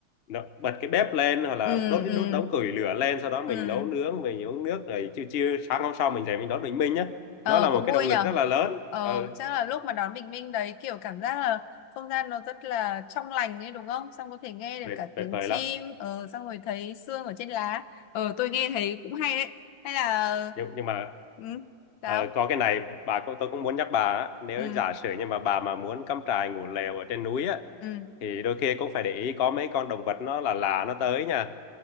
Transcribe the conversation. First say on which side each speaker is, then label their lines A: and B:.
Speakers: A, on the left; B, on the left.
A: nó, bật cái bếp lên hoặc là
B: ừ
A: đốt cái
B: ừ
A: đốt đống củi lửa lên sau đó mình
B: ừ
A: nấu nướng mình uống nước rồi chiều chiều sáng hôm sau mình dậy mình đón bình minh nhá
B: ờ
A: nó là một
B: cũng vui
A: cái động
B: nhở
A: lực rất là lớn
B: ờ
A: ừ,
B: chắc là lúc mà đón bình minh đấy kiểu cảm giác là không gian nó rất là trong lành ấy đúng không xong có thể nghe được
A: tuyệt
B: cả
A: tuyệt
B: tiếng
A: vời
B: chim
A: lắm
B: ờ xong rồi thấy sương ở trên lá ờ tôi nghe thấy cũng hay đấy hay là
A: nhưng nhưng mà
B: ừ sao
A: ờ, có cái này bà cũng- tôi cũng muốn nhắc bà á, nếu
B: ừ
A: giả sử nhưng mà bà mà muốn cắm trại ngủ lều ở trên núi á
B: ừ
A: thì đôi khi cũng phải để ý có mấy con động vật nó là lạ nó tới nha